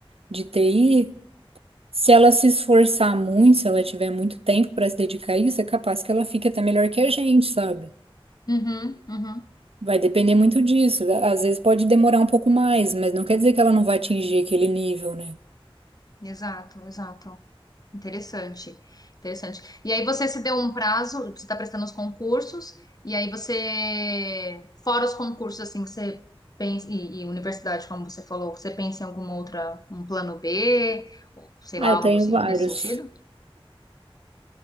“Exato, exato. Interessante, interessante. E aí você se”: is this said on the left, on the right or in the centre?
Left